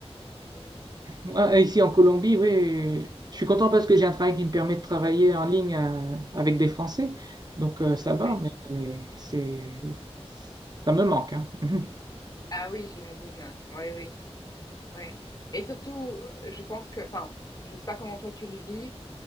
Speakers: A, on the left; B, on the right.
A: Oui.
B: Moi, ici en Colombie, oui, je suis content parce que j'ai un travail qui me permet de travailler en ligne euh, avec des Français. Donc euh, ça va,
A: oui.
B: mais c'est ça me manque. hein. <laughs>
A: Ah oui, j'imagine. Oui, oui, oui. Et surtout, euh, je pense que, enfin, je sais pas comment toi tu le vis,